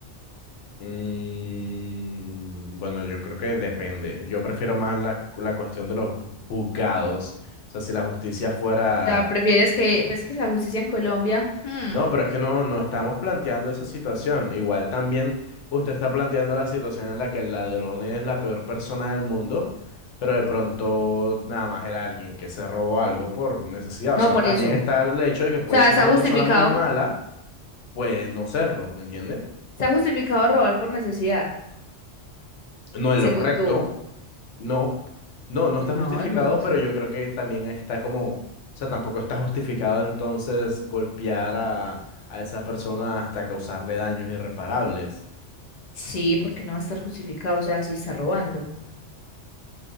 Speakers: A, on the left; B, on the left.
A: Mm, bueno, yo creo que depende. Yo prefiero más la, la cuestión de los juzgados. O sea, si la justicia fuera
B: O sea, prefieres que, pues, que la justicia en Colombia, hmm,
A: No, pero es que no, no estamos planteando esa situación. Igual también usted está planteando la situación en la que el ladrón es la peor persona del mundo, pero de pronto nada más era alguien que se robó algo por necesidad. O
B: no
A: sea,
B: por
A: también
B: eso.
A: está
B: O
A: el hecho de que puede
B: sea,
A: ser
B: está
A: una
B: justificado,
A: persona muy mala, puede no serlo, ¿me entiende?
B: está justificado robar por necesidad,
A: No es
B: según
A: lo correcto,
B: tú.
A: no, no, no
B: No,
A: está justificado,
B: no es.
A: pero yo creo que también está como, o sea, tampoco está justificado entonces golpear a, a esa persona hasta causarle daños irreparables.
B: Sí, porque no va a estar justificado, o sea, si está robando.